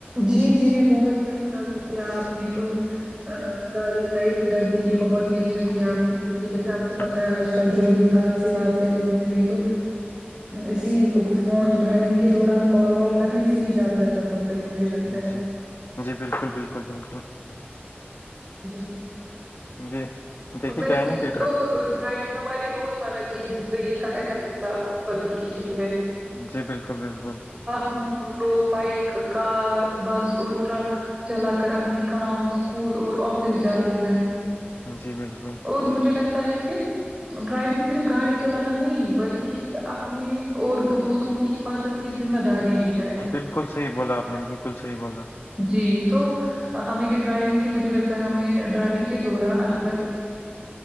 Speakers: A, on the right (about 25°); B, on the left (about 75°).
A: جی جی بہت ہی اچھا کیا آپ نے تو گاڑی سائڈ میں رکھ دی ہے بہت ہی اچھا کیا آپ نے کیونکہ جیسے آپ کو
B: جی
A: پتہ آج کل کل جو یہ ہاد سے واد سے ہوتے ہیں نہ یہ تو اسی فون ڈرائیونگ کے دوران کال وال کرنے سے ہی زیادہ بہتر ہوتے ہیں مجھے لگتا ہے
B: جی جی بالکل بالکل بالکل
A: جی جی
B: جی دیکھیے
A: اور ویسے
B: کیا ہے نا کہ
A: تو
B: ڈر-
A: ڈرائیونگ ہماری روزمرہ کی زندگی کا اہم حصہ بن چکی ہے
B: جی بالکل بالکل
A: ون لوگ بائک کار بس اور ٹرک چلا کر اپنے کام اسکول اور آفس جاتے ہیں
B: جی بالکل
A: اور مجھے لگتا ہے کہ ڈرائیونگ صرف گاڑی چلانا نہیں بلکہ اپنے اور دوسروں کی حفاظت کی ذمہ داری بھی ہے
B: بالکل صحیح بولا آپ نے بالکل صحیح بولا
A: جی تو ہمیں ڈرائیونگ کے مجھے لگتا ہے ہمیں ڈرائیونگ کے دوران اگر اور